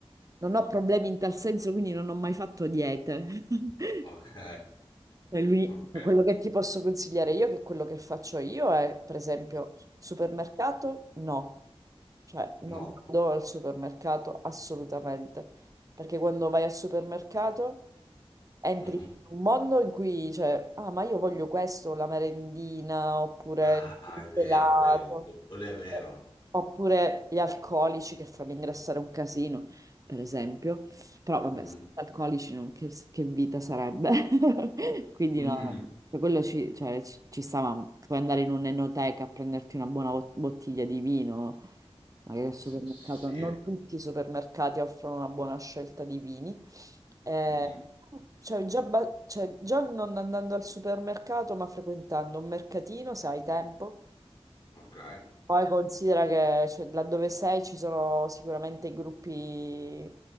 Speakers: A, on the right; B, on the left.
A: non ho problemi in tal senso, quindi non ho mai fatto diete. <laughs>
B: Ok,
A: E lui-
B: ok,
A: Quello che ti posso consigliare io, che quello che faccio io è, per esempio, supermercato, no. Cioè, non
B: no.
A: vado al supermercato assolutamente, perché quando vai al supermercato entri
B: Mhm.
A: in un mondo in cui, cioè, ah, ma io voglio questo, la merendina, oppure
B: Ah,
A: il
B: è vero
A: gelato,
B: quello, quello è vero.
A: eh, oppure gli alcolici che fanno ingrassare un casino, per esempio. Però vabbè,
B: Mhm.
A: senza alcolici non- che, che vita sarebbe? <laughs> Quindi
B: Mhm.
A: no, cioè, quello ci, cioè, ci, ci sta, ma puoi andare in un'enoteca a prenderti una buona bot- bottiglia di vino magari al supermercato,
B: S- Sì.
A: non tutti i supermercati offrono una buona scelta di vini. Eh,
B: Mm-mm.
A: cioè, già, ba- cioè, già non andando al supermercato, ma frequentando un mercatino, se hai tempo.
B: Ok.
A: Poi considera che cioè, laddove sei ci sono sicuramente i gruppi